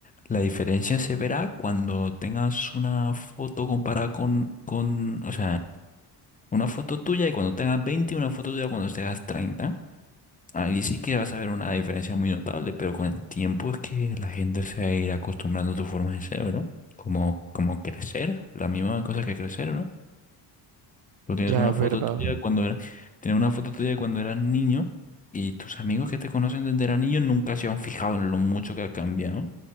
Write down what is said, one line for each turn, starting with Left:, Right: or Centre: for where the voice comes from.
Left: La diferencia se verá cuando tengas una foto comparada con, con, o sea, una foto tuya de cuando tengas 20 y una foto tuya cuando tengas treinta Ahí sí que vas a ver una diferencia muy notable, pero con el tiempo es que la gente se va a ir acostumbrando a tu forma de ser, ¿no? Como, como crecer, la misma cosa que crecer, ¿no? Tú tienes
Right: Ya
Left: una
Right: es
Left: foto
Right: verdad.
Left: tuya de cuando era, tienes una foto tuya de cuando eras niño y tus amigos que te conocen desde era niño nunca se han fijado en lo mucho que ha cambiado.